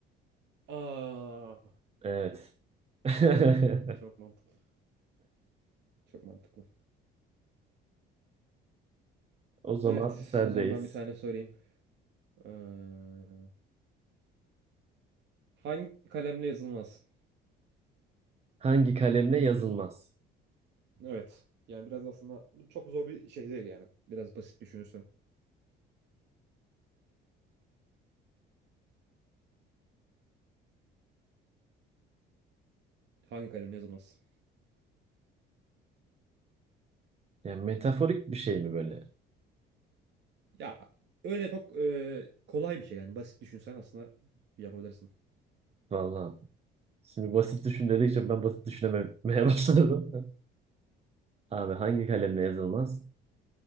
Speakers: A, on the right (about 65°); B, on the right (about 30°).
A: Aa,
B: Evet. <laughs>
A: çok mantıklı. Çok mantıklı.
B: O zaman
A: Evet,
B: sendeyiz.
A: o zaman ben bir tane sorayım. Ee, hangi kalemle yazılmaz?
B: Hangi kalemle yazılmaz?
A: Evet. Yani biraz aslında bu çok zor bir şey değil yani. Biraz basit düşünürsen. Hangi kalemle yazılmaz?
B: Yani metaforik bir şey mi böyle?
A: Ya öyle çok e, kolay bir şey yani. Basit düşünsen aslında yapabilirsin.
B: Vallahi. Şimdi basit düşün dedikçe ben basit düşünememeye <laughs> başladım. Abi hangi kalemle yazılmaz?